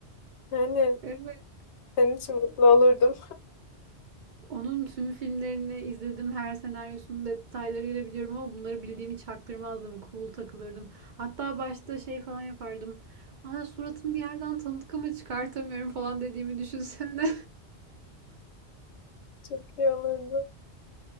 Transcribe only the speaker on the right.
Evet.
Onun tüm filmlerini izledim. Her senaryosunun detaylarıyla biliyorum ama bunları bildiğimi çaktırmazdım. Cool takılırdım. Hatta başta şey falan yapardım. Aa suratını bir yerden tanıdık ama çıkartamıyorum falan dediğimi düşünsene.